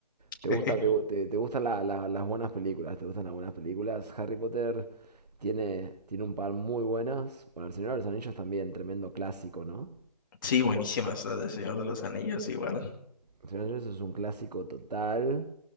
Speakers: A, on the left (about 30°); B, on the right (about 70°).
A: <laughs>
B: ¿Te gusta, te, gu- te- te gustan la- la- las buenas películas? ¿Te gustan las buenas películas? Harry Potter tiene, tiene un par muy buenas. Bueno, El Señor de los Anillos también, tremendo clásico, ¿no?
A: Sí, buenísimas las del Señor de los Anillos, igual.
B: El Señor de los Anillos es un clásico total.